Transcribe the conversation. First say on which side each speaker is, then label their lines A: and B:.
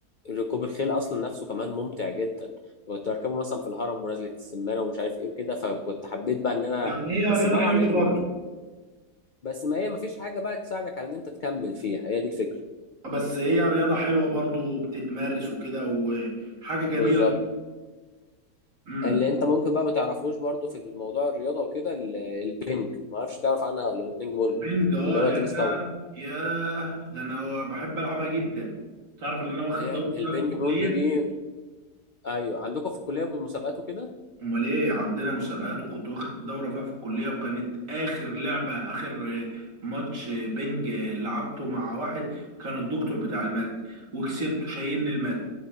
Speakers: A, on the left; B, on the right.
A: ركوب الخيل اصلا نفسه كمان ممتع جدا كنت اركبه مثلا في الهرم ونزلة السمانة ومش عارف ايه وكده فكنت حبيت بقى ان انا
B: يعني هي
A: بس
B: رياضه
A: طبعا
B: حلوه
A: هنا
B: برضو
A: بس ما هي مفيش حاجة بقى تساعدك على ان انت تكمل فيها هي دي الفكرة
B: بس هي رياضة حلوة برضو بتتمارس وكده وحاجة جميلة
A: بالظبط
B: امم
A: اللي انت ممكن بقى ما تعرفوش برضو في الموضوع الرياضة وكده ال- البنج ما اعرفش تعرف عنها ولا البنج بونج
B: البنج اه
A: اللي هو
B: يا
A: تنس طاولة
B: يا ده انا بحب العبها جدا تعرف ان انا واخد
A: هي
B: دورة
A: البنج
B: فيها في الكلية
A: بونج دي ايوه عندكم في الكلية بالمسابقات وكده
B: امال ايه عندنا مسابقات وكنت واخد دورة فيها في الكلية وكانت اخر لعبة اخر آه، ماتش آه، بنج آه، لعبته مع واحد كان الدكتور بتاع المادة وكسبته شايلني المادة